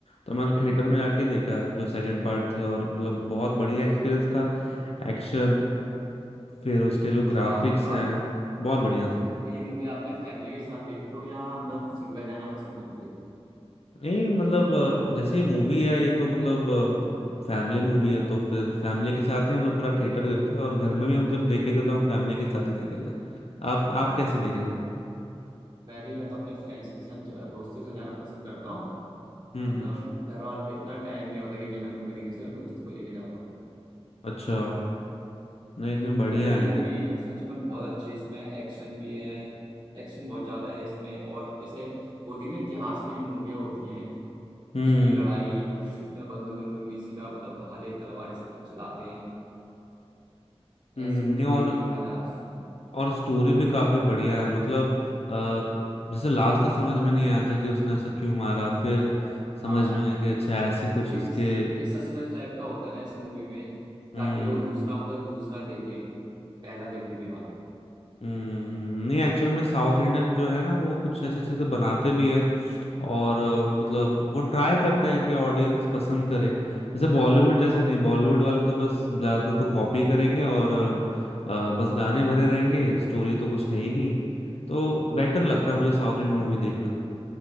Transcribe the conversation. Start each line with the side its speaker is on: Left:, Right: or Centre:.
Left: तो मैं तो
Right: हम्म
Left: थिएटर में जाके देखा जो सेकंड पार्ट थी और मतलब बहुत बढ़िया एक्सपीरियंस था एक्शन फिर उसके जो
Right: अच्छा
Left: ग्राफिक्स हैं
Right: आप
Left: बहुत बढ़िया थे
Right: तो ये मूवी आपने फैमिली के साथ देखते हो या मतलब सिंगल जाना पसंद करते हो
Left: नहीं मतलब अ, जैसे ये मूवी है ये तो मतलब फैमिली मूवी है तो फिर फैमिली के साथ ही हम लोग पूरा थिएटर गए थे और घर में भी हम जब देखे थे तो हम फैमिली के साथ ही देखे थे आप आप कैसे देखे थे
Right: मैं भी मतलब अपने फ्रेंड्स के साथ जा- दोस्तों के साथ जाना पसंद करता हूँ
Left: हम्म
Right: मतलब
Left: हम्म
Right: घर वालों पे इतना टाइम नहीं होता कि मेरे साथ मूवी देखने चले दोस्तों को लेके जाता हूँ
Left: अच्छा नहीं इतने बढ़िया
Right: पर ये
Left: है
Right: मूवी
Left: लेकिन
Right: सच में बहुत अच्छी है इसमें एक्शन भी है एक्शन बहुत ज़्यादा है इसमें और जैसे होती ना इतिहास की जो मूवियाँ होती हैं
Left: हम्म
Right: उसकी लड़ाई जिसमें बंदूक बंदूक नहीं सीधा मतलब भाले तलवार ये सब चलाते हैं
Left: हम्म,
Right: ऐसी मूवी
Left: नहीं
Right: देखने
Left: और
Right: में मजा आता है
Left: और स्टोरी भी काफी बढ़िया है मतलब आ, जैसे लास्ट तक समझ में नहीं आया था कि उसने ऐसा क्यों मारा फिर
Right: हाँ
Left: समझ में आया कि अच्छा ऐसे कुछ उसके
Right: एक एक सस्पेंस टाइप का होता है ना इस मूवी में
Left: हम्म
Right: ताकि लोग दूसरा मतलब दूसरा देखें पहला देखने के बाद
Left: हम्म, नहीं एक्चुअल में साउथ इंडियन जो है ना वो कुछ ऐसे चीजें बनाते भी हैं और अ, मतलब वो ट्राई करते हैं कि ऑडियंस पसंद करे जैसे बॉलीवुड जैसे नहीं बॉलीवुड वाले तो बस ज्यादातर तो कॉपी करेंगे और अ, अ, बस गाने भरे रहेंगे स्टोरी तो कुछ है ही नहीं तो बेटर लगता
Right: आप
Left: है मुझे साउथ इंडियन मूवी देखना